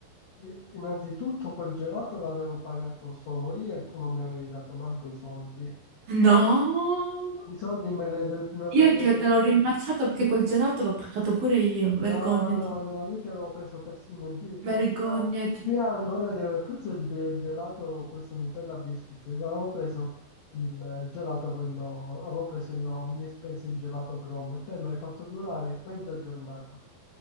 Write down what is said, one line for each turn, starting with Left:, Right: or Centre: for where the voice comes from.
Left: i- innanzitutto quel gelato l'avevo pagato solo io e tu non mi avevi dato manco i soldi.
Right: No,
Left: I soldi me li... non me
Right: io
Left: li
Right: ti-
Left: ave-
Right: te l'ho rimpacciato perché quel gelato l'ho pagato pure io. Vergognati.
Left: No, no, no, io ti avevo preso persino il ge-
Right: Vergognati.
Left: prima, prima ancora di aver preso il ge- gelato, questo Nutella Biscuit, ti avevo preso il gelato, quello, avevo preso io a mie spese il gelato Grom e te l'hai fatto durare mezza giornata.